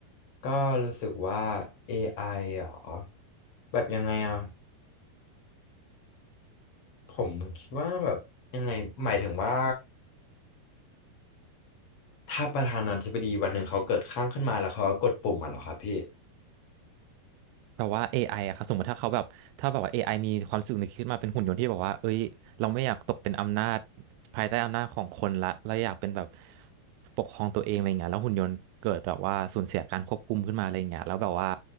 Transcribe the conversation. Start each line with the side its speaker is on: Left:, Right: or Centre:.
Left: ก็รู้สึกว่า AI เหรอแบบยังไงอ่ะผมคิดว่าแบบยังไงหมายถึงว่าถ้าประธานาธิบดีวันหนึ่งเขาเกิดข้างขึ้นมาแล้วเขาก็กดปุ่มอ่ะเหรอครับพี่
Right: แบบว่าเอไออะครับสมมติถ้าเขาแบบถ้าแบบว่าเอไ i มีความรู้สึกนึกขึ้นมาเป็นหุ่นยนต์ที่แบบว่าเอ้ยเราไม่อยากตกเป็นอำนาจภายใต้อำนาจของคนละเราอยากเป็นแบบปกครองตัวเองอะไรเงี้ยแล้วหุ่นยนต์เกิดแบบว่าสูญเสียการควบคุมขึ้นมาอะไรเงี้ยแล้วแบบว่า